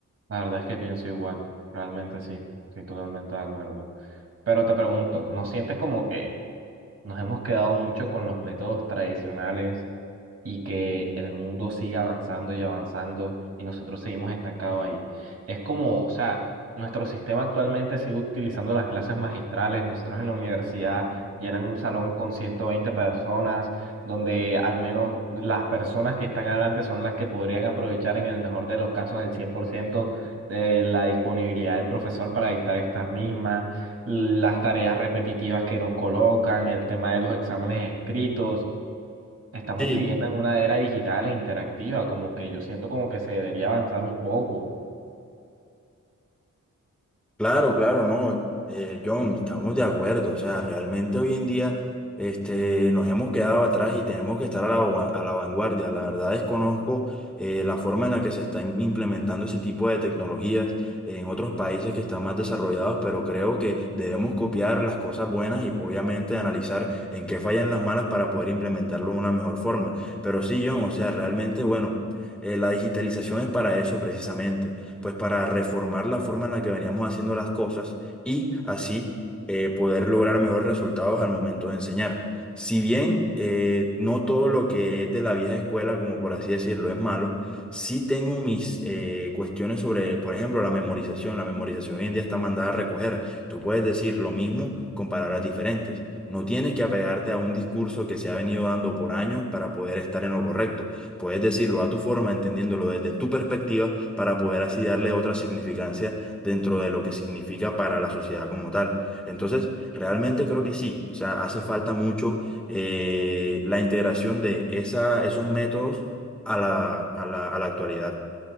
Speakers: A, on the right; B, in the centre.
A: La verdad es que pienso igual, realmente sí, estoy totalmente de acuerdo. Pero te pregunto, ¿no sientes como que nos hemos quedado mucho con los métodos tradicionales? y que el mundo siga avanzando y avanzando y nosotros seguimos estancados ahí. Es como, o sea, nuestro sistema actualmente sigue utilizando las clases magistrales, nosotros en la universidad llenan un salón con 120 personas, donde al menos las personas que están adelante son las que podrían aprovechar en el mejor de los casos el 100% de la disponibilidad del profesor para dictar estas mismas, las tareas repetitivas que nos colocan, el tema de los exámenes escritos. Estamos
B: Sí,
A: viviendo en una era digital e interactiva, como que yo siento como que se debería avanzar un poco.
B: Claro, claro, no, eh, John, estamos de acuerdo, o sea, realmente hoy en día este, nos hemos quedado atrás y tenemos que estar a la, va- a la vanguardia. La verdad desconozco eh, la forma en la que se está im- implementando ese tipo de tecnologías en otros países que están más desarrollados, pero creo que debemos copiar las cosas buenas y obviamente analizar en qué fallan las malas para poder implementarlo de una mejor forma. Pero sí, John, o sea, realmente, bueno, eh, la digitalización es para eso precisamente pues para reformar la forma en la que veníamos haciendo las cosas y así eh, poder lograr mejores resultados al momento de enseñar. Si bien eh, no todo lo que es de la vieja escuela, como por así decirlo, es malo, sí tengo mis eh, cuestiones sobre, por ejemplo, la memorización. La memorización hoy en día está mandada a recoger. Tú puedes decir lo mismo con palabras diferentes. No tienes que apegarte a un discurso que se ha venido dando por años para poder estar en lo correcto. Puedes decirlo a tu forma, entendiéndolo desde tu perspectiva para poder así darle otra significancia dentro de lo que significa para la sociedad como tal. Entonces, realmente creo que sí, o sea, hace falta mucho eh, la integración de esa, esos métodos a la, a la, a la actualidad.